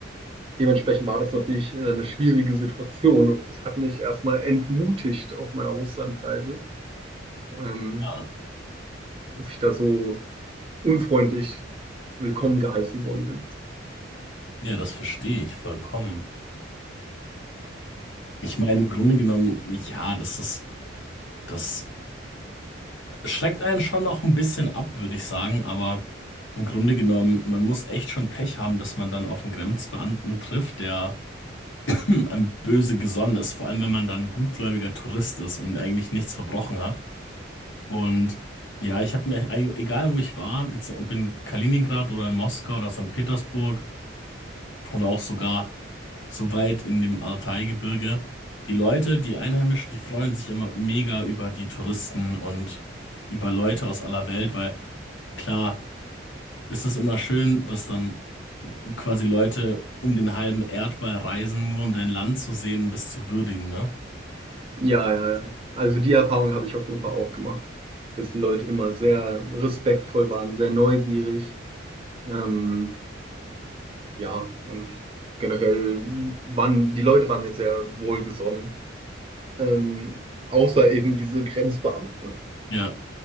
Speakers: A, on the right; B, on the left.
A: dementsprechend war das natürlich äh, eine schwierige Situation und das hat mich erstmal entmutigt auf meiner Russlandreise, ähm,
B: Ah,
A: dass ich da so unfreundlich willkommen geheißen worden bin.
B: ja, das verstehe ich vollkommen. Ich meine, im Grunde genommen, ja, das ist, das schreckt einen schon auch ein bisschen ab, würde ich sagen, aber im Grunde genommen, man muss echt schon Pech haben, dass man dann auf einen Grenzbeamten trifft, der hm, einem böse gesonnen ist, vor allem wenn man dann ein gutgläubiger Tourist ist und eigentlich nichts verbrochen hat. Und ja, ich habe mir, e-, egal wo ich war, jetzt, ob in Kaliningrad oder in Moskau oder St. Petersburg, und auch sogar so weit in dem Altai-Gebirge. Die Leute, die Einheimischen, die freuen sich immer mega über die Touristen und über Leute aus aller Welt, weil klar ist es immer schön, dass dann quasi Leute um den halben Erdball reisen, nur um dein Land zu sehen und es zu würdigen, ne?
A: Ja, ja, ja. Also die Erfahrung habe ich auf jeden Fall auch gemacht, dass die Leute immer sehr respektvoll waren, sehr neugierig. Ähm, ja, und generell waren die Leute waren mir sehr wohlgesonnen, ähm, außer eben diese Grenzbeamten.
B: Ja.